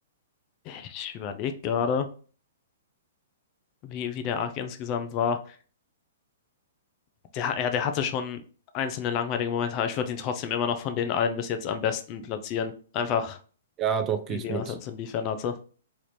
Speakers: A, on the left; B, on the right.
A: ich überlege gerade, wie, wie der Arc insgesamt war. Der, ja, der hatte schon einzelne langweilige Momente, aber ich würde ihn trotzdem immer noch von den allen bis jetzt am besten platzieren. Einfach
B: Ja, doch, gehe
A: wegen
B: ich
A: dem,
B: mit.
A: was er zu liefern hatte.